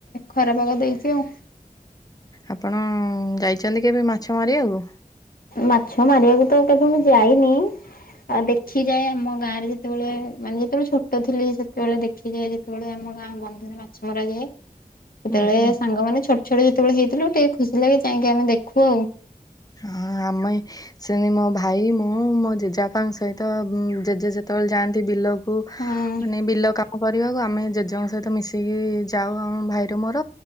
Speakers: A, on the left; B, on the left.
A: ଖରାପାଗ ଦେଇଚି ଆଉ।
B: ଆପଣ ଯାଇଚନ୍ତି କେବେ ମାଛ ମାରିବାକୁ?
A: ମାଛ ମାରିବାକୁ ତ କେବେବି ଯାଇନି ଆ- ଦେଖିଯାଏ ଆମ ଗାଁ ରେ ଯେତେବେଳେ ମାନେ ଯେତେବେଳେ ଛୋଟ ଥିଲି ସେତେବେଳେ ଦେଖିଯାଏ ଯେତେବେଳେ ଆ ଆମ ଗାଁ ବନ୍ଧରେ ମାଛ ମରାଯାଏ। ସେତେବେଳେ
B: ହୁଁ ହୁଁ
A: ସାଙ୍ଗ ମାନେ ଛୋଟ ଛୋଟ ଯେତେବେଳେ ହେଇଥିଲୁ ଟିକେ ଖୁସି ଲାଗେ ଯାଇଁକି ଆମେ ଦେଖୁ ଆଉ।
B: ହଁ ଆମେ <unintelligible> ମୋ ଭାଇ ମୁଁ ମୋ ଜେଜେବାପାଙ୍କ ସହିତ ଜେଜେ ଯେତେବେଳେ ଯାଆନ୍ତି ବିଲ କୁ
A: ହଁ।
B: ମାନେ ବିଲ କା କରିବାକୁ ଆମେ ଜେଜେଙ୍କ ସହିତ ମିଶିକି ଯାଉ ଆମ ଭାଇର ମୋର।